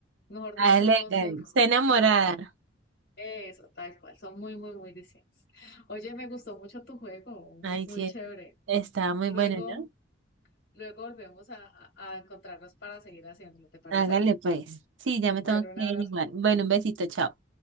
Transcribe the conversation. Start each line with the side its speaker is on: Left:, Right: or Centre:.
Left: mejor
Right: hágale,
Left: dicho,
Right: hágale.
Left: son
Right: Está enamorada.
Left: feliz. Eso, tal cual, son muy, muy, muy distintos. Oye, me gustó mucho tu juego, muy,
Right: Ay,
Left: muy
Right: sí,
Left: chévere.
Right: está muy
Left: Luego,
Right: bueno, ¿no?
Left: luego volvemos a, a a encontrarnos para seguir haciéndolo, ¿te parece?
Right: Hágale pues. Sí, ya me tengo
Left: Bueno,
Right: que
Left: un abrazo.
Right: ir igual. Bueno, un besito, chao.